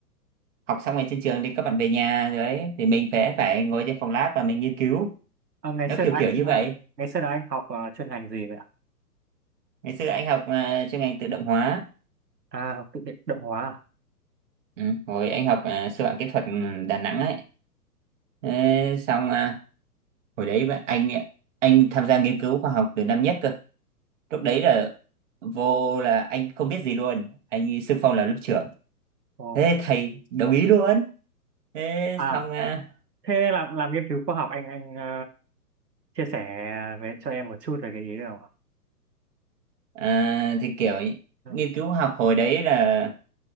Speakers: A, on the right; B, on the right.
A: học xong rồi trên trường thì các bạn về nhà rồi ấy, thì mình phải phải ngồi trên phòng lab và mình nghiên cứu
B: Ờ, ngày
A: nó
B: xưa
A: kiểu
B: là
A: kiểu
B: anh
A: như vậy
B: ờ, ngày xưa là anh học ờ, chuyên ngành gì vậy ạ?
A: ngày xưa anh học ờ, chuyên ngành tự động hóa
B: À, học tự định động hóa. à?
A: ừ, hồi anh học ờ, sư phạm kỹ thuật Đà Nẵng ấy Thế xong ờ, hồi đấy bạn- anh anh tham gia nghiên cứu khoa học từ năm nhất cơ lúc đấy là vô là anh không biết gì luôn anh đi xung phong làm lớp trưởng
B: Ồ.
A: thế thầy đồng ý luôn thế
B: À,
A: xong à,
B: thế làm làm nghiên cứu khoa học anh anh ờ, chia sẻ về cho em một chút về cái ý được không ạ?
A: à, thì kiểu
B: Ừ.
A: nghiên cứu học hồi đấy là